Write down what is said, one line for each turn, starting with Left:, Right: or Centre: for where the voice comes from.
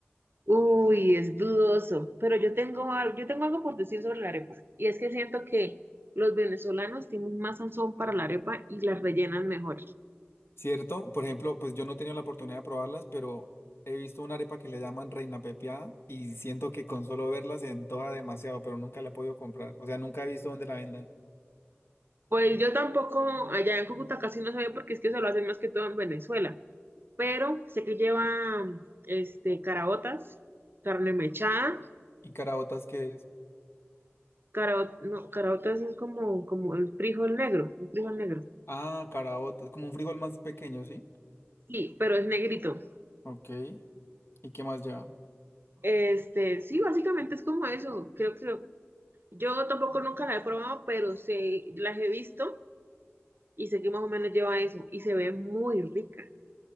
Right: Uy, es dudoso, pero yo tengo algo, yo tengo algo por decir sobre la arepa y es que siento que los venezolanos tienen más sazón para la arepa y las rellenan mejor.
Left: ¿Cierto? Por ejemplo, pues yo no he tenido la oportunidad de probarlas, pero he visto una arepa que le llaman Reina Pepiada y siento que con solo verla se antoja demasiado, pero nunca la he podido comprar. O sea, nunca he visto dónde la vendan.
Right: Pues yo tampoco, allá en Cúcuta casi no sabía porque es que eso lo hacen más que todo en Venezuela. Pero sé que lleva este, caraotas, carne mechada,
Left: ¿Y caraotas que es?
Right: carao- no, caraotas es como, como el frijol negro, un frijol negro.
Left: Ah, caraota, es como un frijol más pequeño, ¿sí?
Right: Sí, pero es negrito.
Left: Ok. ¿Y qué más lleva?
Right: Este, sí, básicamente es como eso. Creo que yo tampoco nunca la he probado, pero sé, las he visto y sé que más o menos lleva eso y se ve muy rica.